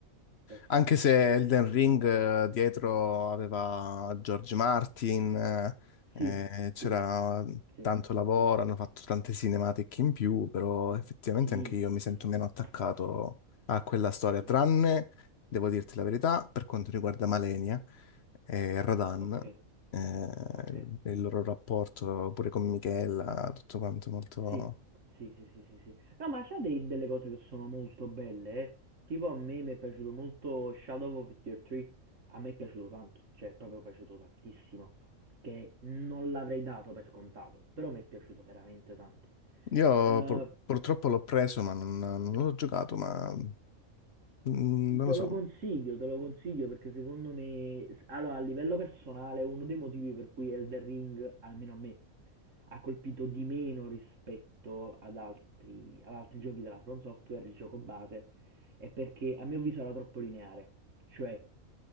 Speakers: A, on the right; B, on the left.
A: Personalmente.
B: Anche se Elden Ring eh, dietro aveva George Martin, eh,
A: Sì,
B: eh, c'era
A: sì, sì,
B: tanto lavoro,
A: sì.
B: hanno fatto tante cinematiche in più, però effettivamente
A: Sì,
B: anche io
A: sì,
B: mi sento
A: sì, sì,
B: meno
A: sì.
B: attaccato a quella storia,
A: Sì.
B: tranne, devo dirti la verità, per quanto riguarda Malenia eh, e Radan,
A: Ok,
B: eh,
A: ok.
B: il il loro rapporto pure con Michela, tutto quanto molto...
A: Sì, sì, sì, sì, sì, sì. No, ma c'ha dei- delle cose che sono molto belle, eh. Tipo a me mi è piaciuto molto Shadow of the Tree. A me è piaciuto tanto, cioè è proprio piaciuto tantissimo, che non l'avrei dato per scontato, però mi è piaciuto veramente tanto.
B: Io
A: Eh,
B: pur- purtroppo l'ho preso, ma non, non l'ho giocato, ma mm, non
A: te
B: lo so.
A: lo consiglio, te lo consiglio perché secondo me, s- allora a livello personale, uno dei motivi per cui Elden Ring, almeno a me, ha colpito di meno rispetto ad altri, ad altri giochi della From Software, il gioco base, è perché a mio avviso era troppo lineare, cioè